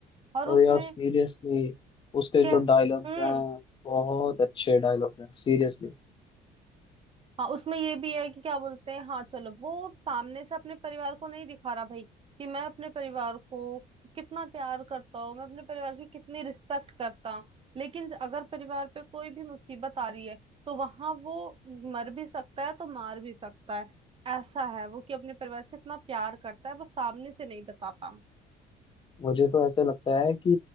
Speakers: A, on the right; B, on the left.
A: और
B: और
A: उसमें
B: यार सीरियसली उसके
A: कैस
B: जो डायलॉग्स
A: हम्म
B: हैं बहुत अच्छे डायलॉग्स हैं सीरियसली
A: हाँ उसमें ये भी है कि क्या बोलते हैं हाँ चलो वो सामने से अपने परिवार को नहीं दिखा रहा भाई कि मैं अपने परिवार को कितना प्यार करता हूँ मैं अपने परिवार की कितनी रिस्पेक्ट करता हूँ लेकिन अगर परिवार पे कोई भी मुसीबत आ रही है तो वहां वो मर भी सकता है तो मार भी सकता है ऐसा है वो कि अपने परिवार से इतना प्यार करता है बस सामने से नहीं बताता
B: मुझे तो ऐसे लगता है कि